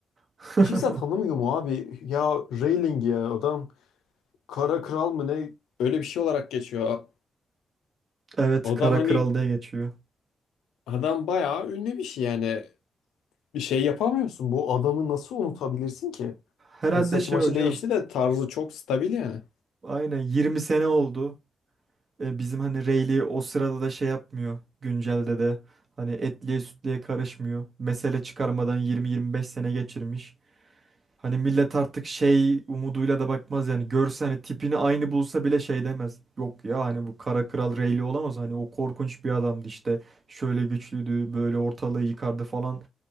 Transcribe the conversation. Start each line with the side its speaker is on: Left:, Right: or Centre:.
Right: <laughs>
Left: Kimse tanımıyor mu abi? Ya Rowling ya adam kara kral mı ne? Öyle bir şey olarak geçiyor.
Right: Evet
Left: Adam
Right: Kara
Left: hani
Right: Kral diye geçiyor.
Left: adam bayağı ünlü bir şey yani. Bir şey yapamıyorsun. Bu adamı nasıl unutabilirsin ki?
Right: Herhalde
Left: Hadi saçı
Right: şey
Left: maçı
Right: hocam
Left: değişti de Tarzı çok stabil yani.
Right: aynen 20 sene oldu. E, bizim hani Rayleigh o sırada da şey yapmıyor güncelde de. Hani etliye sütlüye karışmıyor. Mesele çıkarmadan 20-25 sene geçirmiş. Hani millet artık şey umuduyla da bakmaz yani. Görse hani tipini aynı bulsa bile şey demez. Yok ya hani bu Kara Kral Rayleigh olamaz. Hani o korkunç bir adamdı işte. Şöyle güçlüydü böyle ortalığı yıkardı falan.